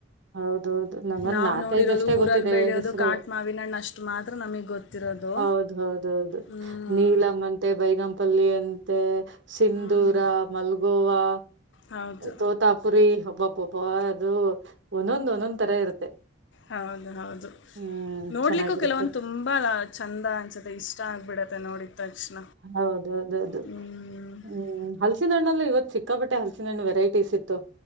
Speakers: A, on the right (about 85°); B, on the left (about 80°).
A: ಹೌದೌದು ನಂಗೊಂದ
B: ನಾವು
A: ನಾಕ್
B: ನೋಡಿರೋದು
A: ಇದ್ದಷ್ಟೇ
B: ಊರಲ್ಲಿ
A: ಗೊತ್ತಿದೆ
B: ಬೆಳೆಯೋದು
A: ಹೆಸರು
B: ಕಾಟು ಮಾವಿನ ಹಣ್ಣು ಅಷ್ಟು ಮಾತ್ರ ನಮಗೆ ಗೊತ್ತಿರೋದು
A: ಹೌದು ಹೌದೌದು
B: ಹ್ಮ್.
A: ನೀಲಮಂತೆ ಬೈಗಂಪಲ್ಲಿ ಮತ್ತು ಸಿಂಧೂರ
B: ಹ್ಮ್.
A: ಮಲ್ಗೋವಾ
B: ಹೌದು
A: ತೋತಾಪುರಿ ಹಬ್ಬ ಪಾಪಾ ಅದು ಒಂದೊಂದ್ ಒಂದೊಂದ್ ತರ ಇರುತ್ತೆ
B: ಹೌದು ಹೌದು
A: ಹ್ಮ್
B: ನೋಡ್ಲಿಕ್ಕೂ
A: ಚೆನ್ನಾಗಿರುತ್ತೆ
B: ಕೆಲವೊಂದು ತುಂಬಾ ಚಂದ ಅನ್ಸತ್ತೆ ಇಷ್ಟ ಆಗ್ಬಿಡತ್ತೆ ನೋಡಿದ ತಕ್ಷಣ
A: ಹೌದೌದೌದು
B: ಹ್ಞೂ
A: ಹ್ಮ್ ಹಲ್ಸಿನ ಹಣ್ಣಲ್ಲ ಇವತ್ತು ಸಿಕ್ಕಾಪಟ್ಟೆ ಹಲ್ಸಿನ ಹಣ್ಣು ವೆರೈಟೀಸ್ ಇತ್ತು